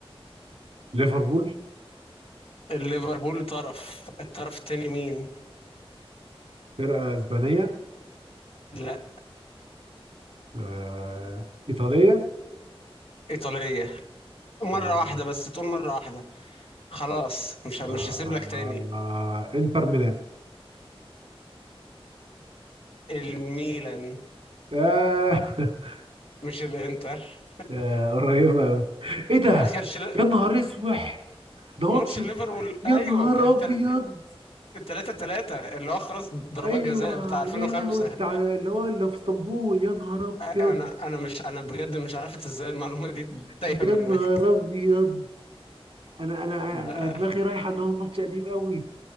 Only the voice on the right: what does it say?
ليفربول
فرقه اسبانيه
آه، ايطاليه
آه،
آه،
آه، انتر ميلان
آه، <laughs>
آه، قريبه قوي ايه ده
يا نهار اسوح ده
ماتش
يا
نهار
ابيض
ايوه
يا لهوي بتاع اللي هو اللي في اسطنبول يا نهار ابيض
يا
نهار ابيض انا انا
أنا دماغي رايحه ان هو ماتش قديم قوي